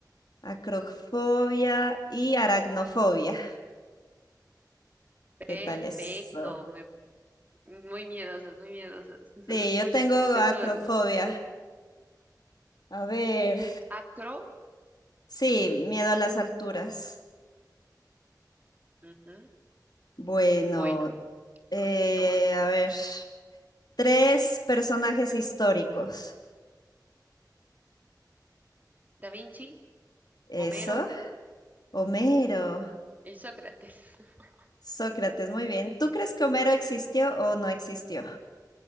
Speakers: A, on the left; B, on the right.
A: acrofobia y aracnofobia. ¿Qué
B: Perfecto,
A: tal eso?
B: muy, muy miedosas, muy miedosos. <laughs>
A: Sí, yo tengo acrofobia.
B: De turno.
A: A ver,
B: Acro,
A: sí, miedo a las alturas.
B: Ujú.
A: Bueno,
B: Bueno,
A: Eh,
B: continúa.
A: a ver. Tres personajes históricos.
B: Da Vinci,
A: Eso.
B: Homero
A: Homero.
B: y Sócrates. <laughs>
A: Sócrates, muy bien. ¿Tú crees que Homero existió o no existió?